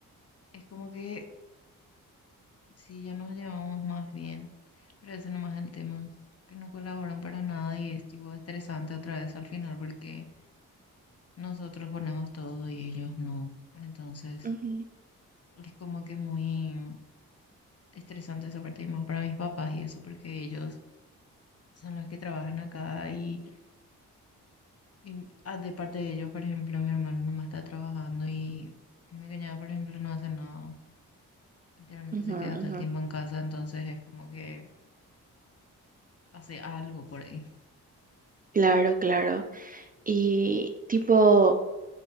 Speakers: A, on the left; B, on the right.
A: es como que sí, ya nos llevamos más bien, pero eso nomás es el tema, que no colaboran para nada y es tipo estresante otra vez al final porque nosotros ponemos todo y ellos no, entonces
B: Ujú,
A: es como que muy estresante esa parte y más para mis papás y eso porque ellos son los que trabajan acá y Y ah, de parte de ellos, por ejemplo, mi hermano nomás está trabajando y mi cuñado, por ejemplo, no hace nada. Literalmente
B: ujú,
A: se queda todo
B: ujú.
A: el tiempo en casa, entonces es como que hace algo por ahí.
B: Claro, claro. Y tipo,